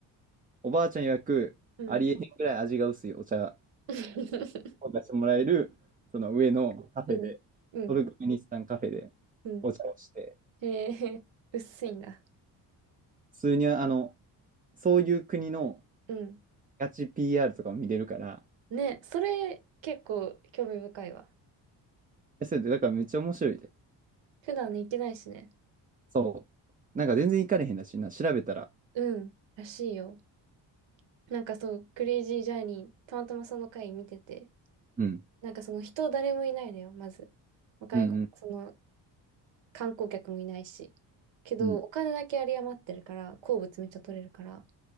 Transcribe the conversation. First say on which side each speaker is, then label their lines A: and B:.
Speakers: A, on the right; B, on the right.
A: おばあちゃん曰く、
B: うん。
A: ありえへんぐらい味が薄いお茶
B: <laughs>
A: を出してもらえる、その上のカフェで、
B: うん、うん、
A: トルクメニスタンカフェで
B: うん。
A: お茶をして、
B: へえ、薄いんだ。
A: 普通にあの、そういう国の、
B: うん。
A: ガチ PR とかも見れるから、
B: ね、それ結構興味深いわ。
A: えそれで、だからめっちゃ面白いで。
B: 普段ね、行ってないしね。
A: そう。なんか全然行かれへんだしな、調べたら。
B: うん、らしいよ。なんかそう、クレイジージャーニー、たまたまその回見てて、
A: うん。
B: なんかその人誰もいないのよ、まず。外国、
A: うんうん
B: その観光客もいないし。けど、
A: うん。
B: お金だけ有り余ってるから、鉱物めっちゃ取れるから、